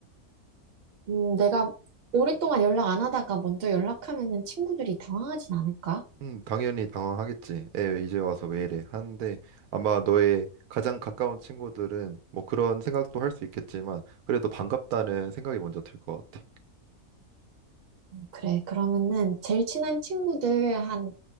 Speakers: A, on the right; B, on the right.
A: 음, 내가 오랫동안 연락 안 하다가 먼저 연락하면은 친구들이 당황하진 않을까?
B: 음, 당연히 당황하겠지. 에, 이제 와서 왜 이래? 하는데 아마 너의 가장 가까운 친구들은 뭐 그런 생각도 할 수 있겠지만 그래도 반갑다는 생각이 먼저 들 것 같아.
A: 그래. 그러면은 제일 친한 친구들 한